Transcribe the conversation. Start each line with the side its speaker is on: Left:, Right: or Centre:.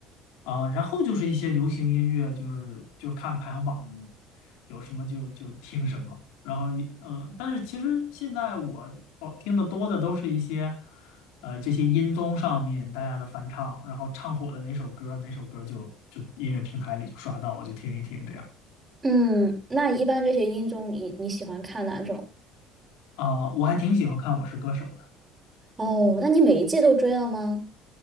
Left: 啊，然后就是一些流行音乐，就是就是看排行榜有什么就就听什么，然后一嗯，但是其实现在我哦听的多的都是一些呃这些音综上面大家的翻唱，然后唱火的哪首歌哪首歌就就音乐平台里就刷到，我就听一听这样
Right: 嗯，那一般这些音综你你喜欢看哪种？
Left: 啊，我还挺喜欢看《我是歌手》的。
Right: 哦，那你每一季都追了吗？